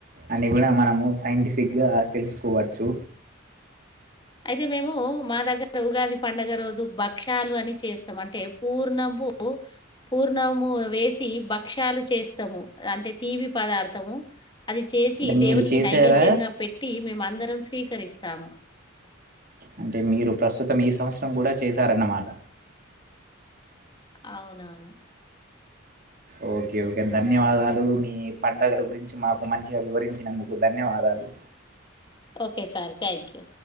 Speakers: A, on the right; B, on the left.
A: అని కూడా మనము సైంటిఫిక్ గా తెలుసుకోవచ్చు
B: అయితే మేము మా దగ్గర ఉగాది పండగ రోజు భక్ష్యాలు అని చేస్తాం అంటే ఎప్ పూర్ణ బు పూర్ణము వేసి భక్ష్యాలు చే చేస్తము అంటే తీపి పదార్ధము అది చేసి
A: అంటే మీరు
B: దేవునికి
A: చేసారా
B: నైవేద్యంగా పెట్టి మేము అందరం స్వీకరిస్తాము
A: అంటే మీరు ప్రస్తుతం ఈ సంవత్సరం కూడా చేశారన్నమాట
B: అవును అవును
A: ఒకే ఒకే ధన్యవాదాలు మీ పండగల గురించి మాకు మంచిగా వివరించినందుకు ధన్యవాదా లు
B: ఒకే సార్ థ్యాంక్యూ